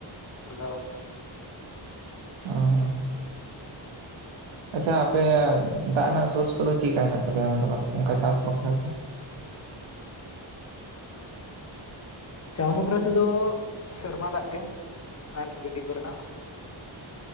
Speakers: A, on the left (about 35°); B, on the right (about 80°).
A: ᱞᱟᱜᱟᱣ ᱠᱟᱱᱟ
B: ᱚ ᱟᱪᱪᱷᱟ ᱟᱯᱮ ᱫᱟᱜ ᱨᱮᱱᱟᱜ ᱥᱳᱨᱥ ᱠᱚᱫᱚ ᱪᱮᱫᱠᱟ ᱦᱮᱱᱟᱜ ᱛᱟᱯᱮᱭᱟ ᱢᱚᱛᱞᱚᱵ ᱚᱱᱠᱟ ᱪᱟᱥ ᱵᱟᱠᱷᱨᱟᱛᱮ
A: ᱪᱟᱥ ᱵᱟᱠᱷᱨᱟ ᱛᱮᱫᱚ ᱥᱮᱨᱢᱟ ᱫᱟᱜ ᱜᱮ ᱟᱨ ᱢᱤᱱᱤ <unintelligible> ᱠᱚᱨᱮᱱᱟᱜ